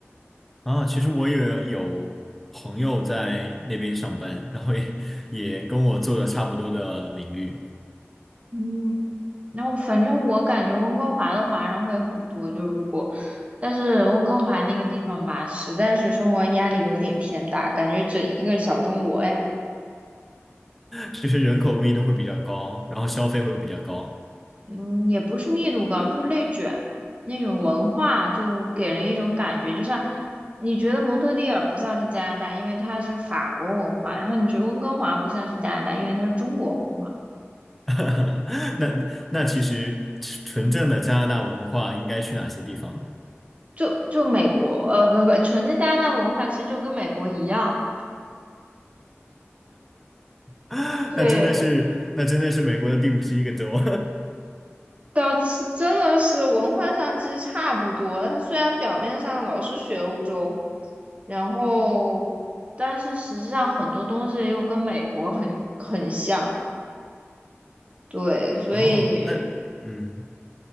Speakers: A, in the centre; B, on the right (about 30°).
A: 啊，其实我也有朋友在那边上班，然后也也跟我做的差不多的领域，
B: 嗯，然后反正我感觉温哥华的华人会很多，就如果，但是温哥华那个地方吧，实在是生活压力有点偏大，感觉整一个小中国呀，
A: 其实人口密度会比较高，然后消费会比较高。
B: 嗯，也不是密度高，就是内卷那种文化，就给人一种感觉，就像你觉得蒙特利尔不像是加拿大，因为它是法国文化，然后你觉得温哥华不像是加拿大，因为它是中国文化，
A: <laughs> 那那其实纯正的加拿大文化应该去哪些地方呢？
B: 就就美国，呃，不不，纯正加拿大文化其实就跟美国一样。
A: <laughs>
B: 对，
A: 那真的是那真的是美国的第五十一个州。
B: 倒是真的是文化上其实差不多。他虽然表面上老是学欧洲，然后但是实际上很多东西又跟美国很很像。对，
A: <laughs>
B: 所以
A: 哦，那嗯，